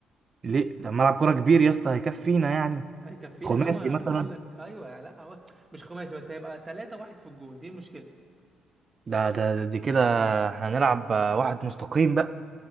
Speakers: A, on the right; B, on the right.
A: ليه ده ملعب كوره كبير يا اسطى هيكفينا يعني
B: هيكفينا
A: خماسي
B: يا عم انا
A: مثلا
B: بقول لك ايوه لا هو مش خماسي بس هيبقى ثلاثة واحد في الجون دي المشكلة
A: ده ده ده- دي كده احنا هنلعب آه، واحد مستقيم بقى